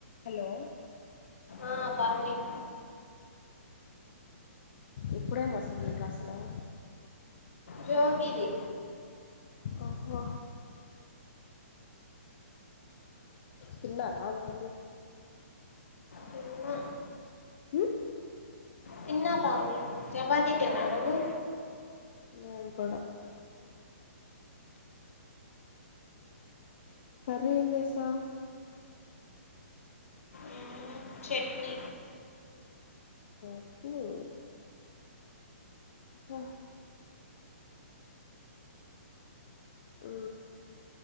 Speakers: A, on the left (about 50°); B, on the left (about 70°).
A: హలో
B: ఆ బాగున్నాయ్
A: ఇప్పుడే మస్త్ కష్టం
B: జోక్ ఇది
A: ఓహో తిన్నారా మార్నింగ్
B: తిన్నా
A: ఊ
B: తిన్నా పావని చపాతి తిన్నా నువ్వు
A: మేం కూడా కర్రీ ఏం చేశావ్
B: మ్మ్. చట్నీ
A: చట్నీ ఊహూ ఊ